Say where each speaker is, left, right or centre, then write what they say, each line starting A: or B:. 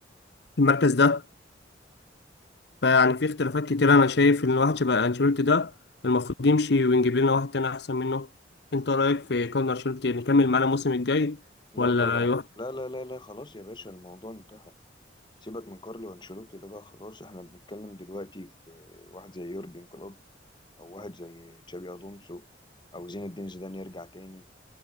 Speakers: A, on the left; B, on the left.
A: في المركز ده فيعني في اختلافات كتير انا شايف ان واحد شبه انشيلوتي ده المفروض يمشي ونجيب لنا واحد تاني احسن منه انت رايك في كارلو انشيلوتي نكمل معانا الموسم الجاي
B: لا
A: ولا
B: طبعا
A: يروح
B: لا لا لا لا خلاص يا باشا الموضوع انتهى سيبك من كارلو انشيلوتي ده بقى خلاص احنا بنتكلم دلوقتي في واحد زي يورجن كلوب او واحد زي تشابي الونسو او زين الدين زيدان يرجع تاني